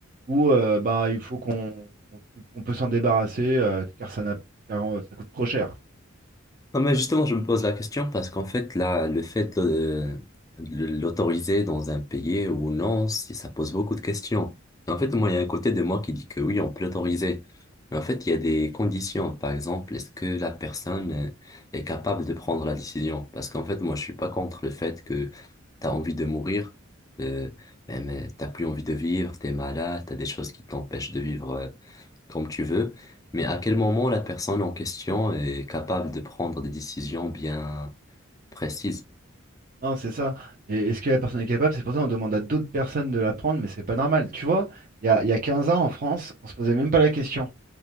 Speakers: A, on the right; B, on the left.
A: où euh, bah, il faut qu'on on on peut s'en débarrasser euh, car ça n'a, car, euh, ça coûte trop cher.
B: Non, mais justement, je me pose la question parce qu'en fait, là, le fait de euh, de l'autoriser dans un pays ou non, si- ça pose beaucoup de questions. En fait, moi, il y a un côté de moi qui dit que oui, on peut l'autoriser. Mais en fait, il y a des conditions. Par exemple, est-ce que la personne euh, est capable de prendre la décision? Parce qu'en fait, moi, je suis pas contre le fait que tu as envie de mourir, euh, mais, mais t'as plus envie de vivre, t'es malade, t'as des choses qui t'empêchent de vivre euh, comme tu veux, mais à quel moment la personne en question est capable de prendre des décisions bien précises?
A: Non, c'est ça. Et est-ce que la personne est capable? C'est pour ça qu'on demande à d'autres personnes de la prendre, mais c'est pas normal. Tu vois, il y a, il y a 15 ans en France, on se posait même pas la question.